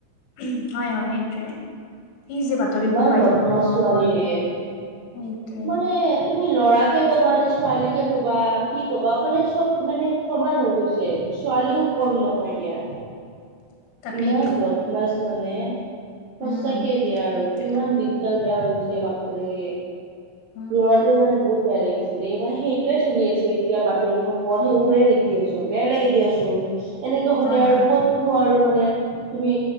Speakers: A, on the left (about 80°); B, on the right (about 75°).
A: উ হয় হয় সেইটোৱে ই যে বাতৰিবোৰ
B: ইমান
A: পাই
B: বদমাছ
A: থাকো নহয়
B: ছোৱালীৰে
A: এইটোৱেই
B: মানে তুমি লৰাকে কবা নে ছোৱালীকে কবা কি কবা মানে চব মানে সমান হৈ গৈছে। ছোৱালীও কম নহয় দিয়া।
A: তাকেইতো
B: ইমান বদমাছ মানে সচাকে
A: উম,
B: দিয়া আৰু
A: সেইটোৱে
B: কিমান দিন বেয়া হৈছে বাপৰে
A: উম।
B: ল'ৰাটোৰ কাৰণে বহুত বেয়া লাগিছে সেইটোৱে চলি আছে এতিয়া বাতৰি সমূহত সেইবোৰে দেখি? বেয়া লাগে দিয়া চোন এনেকুৱা হলে
A: হয়
B: আৰু
A: হয়
B: ক'তনো আৰু মানে তুমি